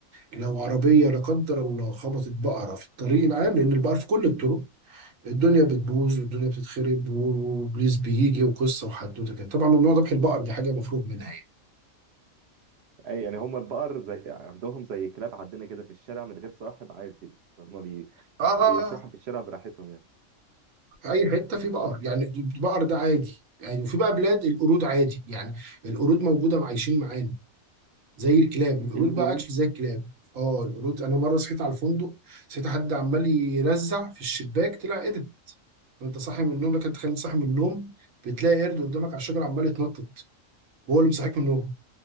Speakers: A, on the right; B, on the right.
A: لو عربية لا قدر الله خبطت بقرة في الطريق العام لأن البقر في كل الطرق الدنيا بتبوظ والدنيا بتتخرب و- وبليز بيجي وقصه وحدوته كده طبعا ممنوع ذبح البقر دي حاجه مفروغ منها يعني.
B: اي يعني هم البقر زي عندهم زي كلاب عندنا كده في الشارع من غير صاحب عادي هم بي...
A: اه
B: بيسرحوا
A: اه
B: في الشارع براحتهم يعني
A: آه. اي حته في بقر يعني البقر ده عادي يعني وفي بقى بلاد القرود عادي يعني القرود موجوده عايشين معانا زي الكلاب القرود
B: ايه القرود
A: بقى اكشلي زي الكلاب اه القرود انا مره صحيت على الفندق صحيت حد عمال يرزع في الشباك طلع قرد وانت صاحي من النوم لك انت خليت صاحي من النوم بتلاقي قرد قدامك على الشجره عمال يتنطط وهو اللي مصحيك من النوم